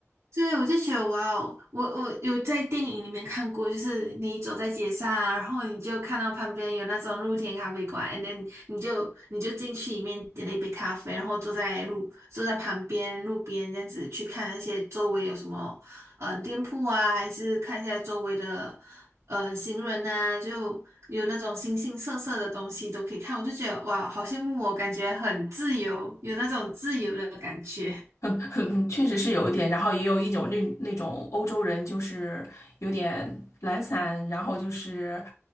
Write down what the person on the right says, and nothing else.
对，我就觉得哇哦，我我有在电影里面看过，就是你走在街上啊，然后你就看到旁边有那种露天咖啡馆，and then 你就你就进去里面点了一杯咖啡，然后坐在路坐在旁边路边这样子去看那些周围有什么嗯、呃店铺啊，还是看一下周围的呃行人啊，就有那种形形色色的东西都可以看，我就觉得哇，好羡慕我，感觉很自由，有那种自由的感觉。